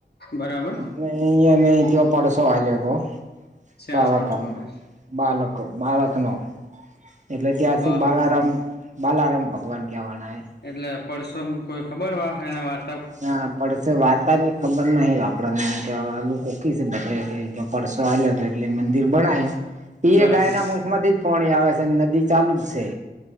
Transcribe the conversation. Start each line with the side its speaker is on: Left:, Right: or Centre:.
Left: બરાબર
Right: નઈ ત્યાં નઈ પડશો આયો હતો
Left: શેનો
Right: બાલાકામમાં
Left: પડછો આપે
Right: બાલક બાળકનો એટલે ત્યાારથી
Left: બા
Right: બાલારામ બાલારામ ભગવાન કહેવાના એ
Left: એટલે પરસોમ કોઈ ખબર વા હૈને વાત
Right: ના પડશે, વાર્તા ની ખબર નહીં આપડને કે આલુંકો કેહ છે, <unintelligible> આલિયો હતો એટલે મંદિર બનાયું,
Left: બરાબર
Right: એ ગાયના મુખ માંથી જ પોણી આવે છે. નદી ચાલુ જ છે,